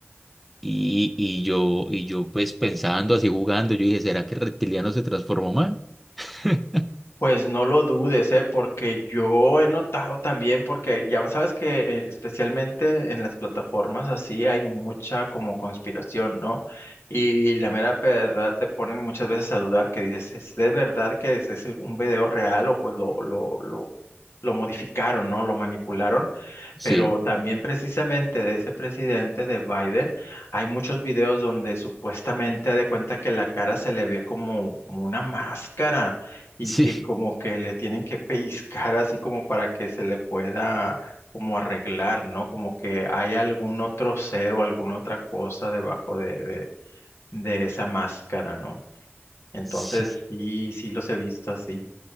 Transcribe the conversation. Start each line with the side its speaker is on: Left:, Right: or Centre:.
Centre: Y, y yo, y yo pues pensando así jugando, yo dije, ¿será que el reptiliano se transformó mal? <laughs>
Left: Pues no lo dudes, ¿eh? Porque yo he notado también, porque ya sabes que eh, especialmente en las plataformas así hay mucha como conspiración, ¿no? Y la mera verdad te ponen muchas veces a dudar que dices, ¿es de verdad que es, es un video real o pues lo, lo, lo, lo modificaron, ¿no? Lo manipularon. Pero
Centre: Sí,
Left: también precisamente de ese presidente de Biden, hay muchos videos donde supuestamente ha de cuenta que la cara se le ve como, como una máscara y
Centre: sí,
Left: que como que le tienen que pellizcar así como para que se le pueda como arreglar, ¿no? Como que hay algún otro ser o alguna otra cosa debajo de, de, de esa máscara, ¿no? Entonces,
Centre: sí.
Left: sí, sí los he visto así.